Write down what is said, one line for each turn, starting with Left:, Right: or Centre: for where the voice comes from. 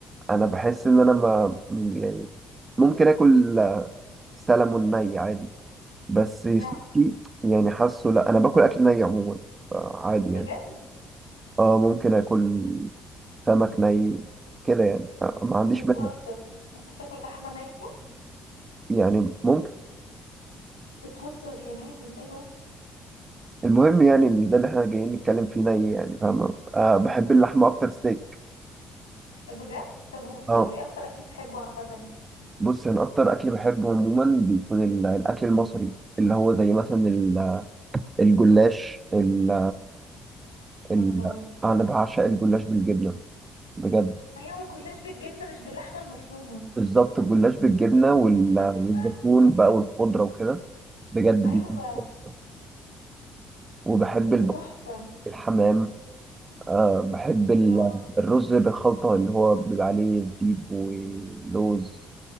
Right: انا بحس ان انا ما يعني ممكن اكل سلمون ني عادي بس سوشي
Left: يا
Right: يعني حاسه لا انا باكل اكل ني عموما عادي
Left: بجد
Right: يعني اه ممكن اكل سمك ني كده يعني آه، ما عنديش
Left: بتهزر
Right: مانع
Left: ممكن تاكل لحمة نية
Right: يعني ممكن
Left: بتهزر يا مازن ايه ده
Right: المهم يعني مش ده اللي احنا جايين نتكلم فيه ني يعني فاهمة آه بحب اللحمة اكتر ستيك
Left: بجد طب وبت...
Right: اه
Left: وايه أكتر أكل بتحبه عامة
Right: بص انا اكتر اكل بحبه عموما بيكون ال- الاكل المصري اللي هو زي مثلا ال- الجلاش ال ال
Left: الله
Right: انا بعشق الجلاش بالجبنة بجد
Left: أيوة الجلاش بالجبنة مش باللحمة المفرومة
Right: بالظبط الجلاش بالجبنة وال-
Left: أيوة
Right: والزيتون بقى والخضرة وكده بجد
Left: أيوة
Right: بيكون حلو. وبحب البط
Left: ده تحفة
Right: الحمام أه بحب ال-
Left: الله
Right: الرز بالخلطة اللي هو بيبقى عليه زبيب ولوز